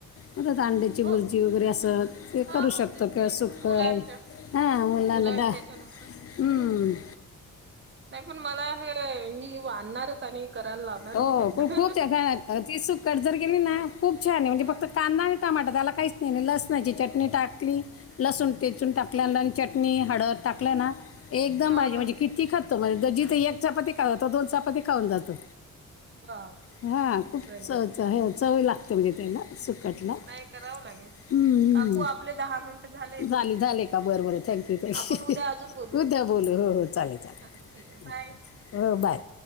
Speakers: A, on the left; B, on the right.
A: मग त्यात अंडी. ची भुर्जी
B: हो
A: वगैरे असं ते
B: हा
A: करू
B: हो
A: शकतो
B: तेच
A: किंवा
B: ते
A: सुकं
B: मुलांच्या
A: आहे. हा मला
B: मुलांच्या
A: नाडा
B: याच्यानुसार
A: हम्म.
B: नाही पण मला हे मी आणणारच आणि करायला लावणार
A: हो
B: मी त्यांना.
A: खूप खूप त्या काय ती सुकट जर केली ना खूप छान आहे म्हणजे
B: हा.
A: फक्त कांदा आणि टमाटा त्याला काहीच नाही लसणाची चटणी टाकली. लसूण ठेचून टाकल्या ना आणि चटणी हळद टाकल्या ना. एकदम
B: हा
A: भाजी
B: हा
A: म्हणजे किती खातो म्हणजे जिथं एक चपाती खातो तो दोन चपाती खाऊन जातो.
B: वा
A: हा खूप
B: चला
A: चवच चव लागतेे म्हणजे त्याला. कटला हूं
B: नाही करावं लागेल.
A: हूं
B: काकू आपले दहा मिनिट झालेत
A: झाले झाले का बरबर. थँक्यू थँक्यू
B: आपण उद्या अजून बोलू.
A: उद्या बोलू हो हो चालेल चालेल
B: ठीक आहे बाय.
A: हो बाय.